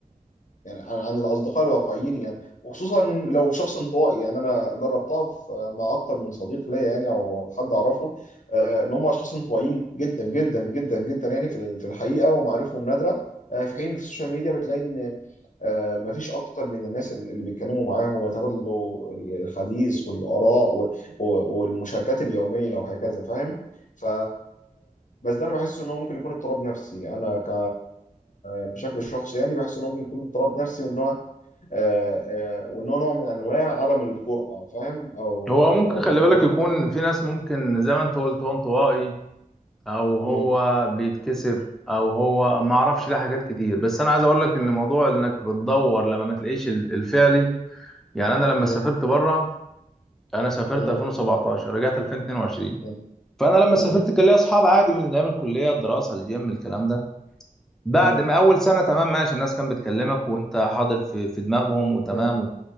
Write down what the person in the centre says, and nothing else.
هو ممكن
خلي
بالك
يكون في ناس ممكن زي ما انت قلت وانطوائي او هو
بيتكسف او هو ما اعرفش ليه حاجات كتير بس انا عايز اقول لك ان موضوع انك بتدور لما ما تلاقيش ال- الفعلي يعني انا لما
سافرت بره انا سافرت
2017 رجعت 2022
فانا لما
سافرت كان ليا اصحاب عادي من ايام الكليه الدراسه الجيم الكلام ده بعد
ما اول سنه تمام ماشي الناس كانت بتكلمك وانت حاضر في في دماغهم وتمام
و...